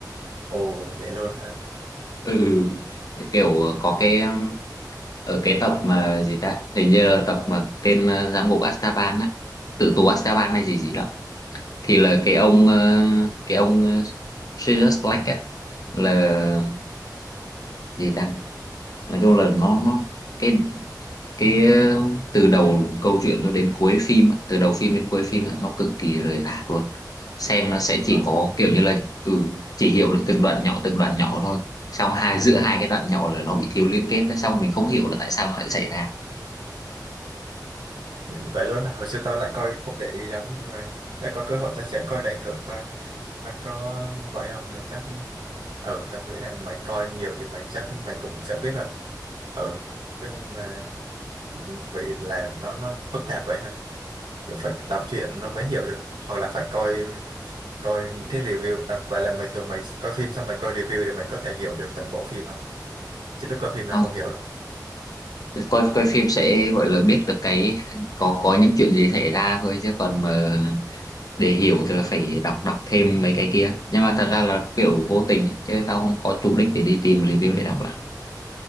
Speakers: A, on the right (about 90°); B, on the left (about 55°).
A: ồ vậy luôn ha
B: ừ kiểu có
A: ồ
B: cái ở cái tập mà gì ta hình như là tập mà tên ờ, giám ngục Azkaban á tử tù Azkaban hay gì gì đó thì là cái ông ờ, cái ông ờ, Sirius Black á là gì ta nói chung là nó nó cái cái ờ, từ đầu câu chuyện cho đến cuối phim á, từ đầu phim đến cuối phim á, nó cực kỳ rời rạc luôn xem nó sẽ chỉ
A: Ồ.
B: có kiểu như là ừ chỉ hiểu được từng đoạn nhỏ từng đoạn nhỏ thôi xong hai giữa hai cái đoạn nhỏ là nó bị thiếu liên kết xong mình không hiểu là tại sao nó lại xảy ra
A: Ừ, vậy luôn à? hồi xưa tao lại coi không để ý lắm nhưng mà chắc có cơ hội tao sẽ coi lại thử coi nó có vậy không mà chắc ừ tao nghĩ là mày coi nhiều thì mày chắc mày cũng sẽ biết rồi ừ nhưng là vậy là nó nó phức tạp vậy hả kiểu phải đọc truyện nó mới hiểu được hoặc là phải coi coi những cái review à, vậy là mày thường mày coi phim xong mày coi review để mày có thể hiểu được toàn bộ phim à chứ lúc coi phim là
B: Ờ,
A: không hiểu
B: coi coi phim sẽ gọi là biết được cái có có những chuyện gì xảy ra thôi chứ còn mà để hiểu thì là phải đọc đọc thêm mấy cái kia nhưng mà thật ra là kiểu
A: được
B: vô tình chứ tao không có chủ đích để đi tìm review để đọc lại